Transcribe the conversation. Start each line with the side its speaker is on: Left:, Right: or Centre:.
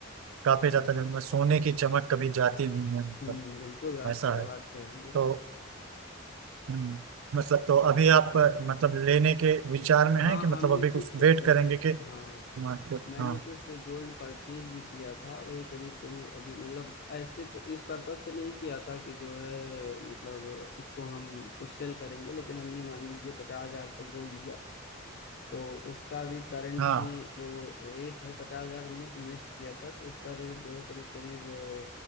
Right: काफी जाता है मतलब सोने की चमक कभी जाती नहीं है मतलब
Left: हम्म, बिल्कुल आप
Right: ऐसा
Left: क्या
Right: है
Left: बात कह रही हैं
Right: तो
Left: आप
Right: हम्म, मतलब तो अभी आप मतलब लेने के विचार में
Left: हाँ
Right: हैं कि मतलब
Left: हमने
Right: अभी
Left: कुछ
Right: कुछ
Left: अ,
Right: वेट करेंगे कि
Left: हाँ
Right: मार्केट
Left: मैंने
Right: हाँ
Left: कुछ गोल्ड परचेज भी किया था वही करीब करीब अभी मतलब ऐसे तो इस पर्पज से नहीं किया था कि जो है मतलब इसको हम तो सेल करेंगे लेकिन हमने मान लीजिए पचास हजार तक गोल्ड लिया तो उसका भी करंट
Right: हाँ
Left: में जो रेट है पचास हजार हमने इन्वेस्ट किया था तो उसका रेट जो है करीब करीब अ,